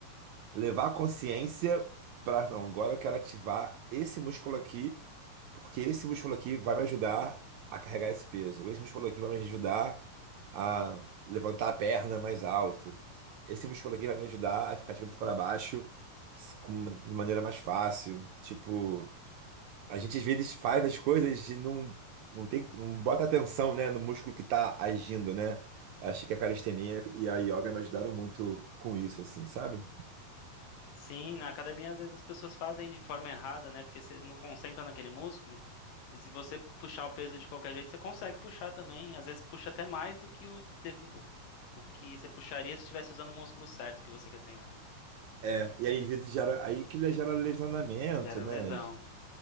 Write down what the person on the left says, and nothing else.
sim, na academia às vezes as pessoas fazem de forma errada, né? Porque você não concentra naquele músculo, e se você puxar o peso de qualquer jeito, você consegue puxar também, às vezes puxa até mais do que o, deve- o, o que você puxaria se estivesse usando o músculo certo que você quer treinar, né?
Gera
lesão.